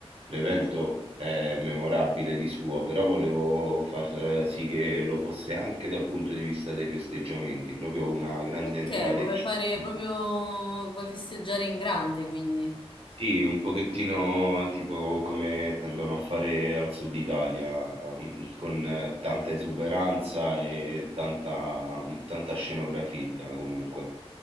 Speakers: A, on the right; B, on the left.
A: L'evento è memorabile di suo, però volevo far eh, sì che lo fosse anche dal punto di vista dei festeggiamenti, proprio una grande
B: Ok,
A: entrata
B: vuoi
A: in scena.
B: fare proprio, vuoi festeggiare in grande, quindi.
A: Sì, un pochettino tipo come tendono a fare al sud Italia, mm, con eh, tanta esuberanza e tanta, mm, tanta scenografia comunque.